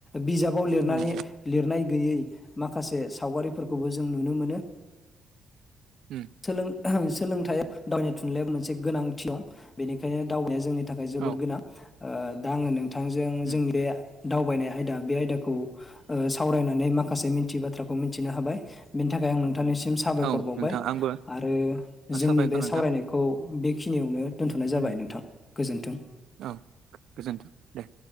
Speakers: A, on the left (about 30°); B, on the right (about 75°).
A: बिजाबाव लिरनानै
B: उम
A: लिरनाय गैयै मा खासे सावगारि फोरखौबो जों नुनो मोनो
B: उम
A: सोलों सोलोंथाइआ दावनाय थुनलाइयाव मोनसे गोनांथि दं बेनिखायनो दावबायनाया जोंनि थाखाय जोबोद
B: औ
A: गोनां ओ दा आङो नों थांजों
B: उम
A: जोंनि दावबायनाय आयदा बे आयदाखौ ओ सावरायनानै माखासे मिथियि बाथ्राखौ मिथिनो हाबाय बेनि थाखाय आं नों नोंथांनिसिम साबायखर
B: औ
A: बावबाय
B: नोंथां
A: आरो
B: आंबो
A: जोंनि
B: साबायखर
A: बे
B: नोंथां
A: सावरायनायखौ बेखिनियावनो दोन्थनाय जाबाय
B: उम
A: नोंथां गोजोन्थों
B: औ गोजोन्थों दे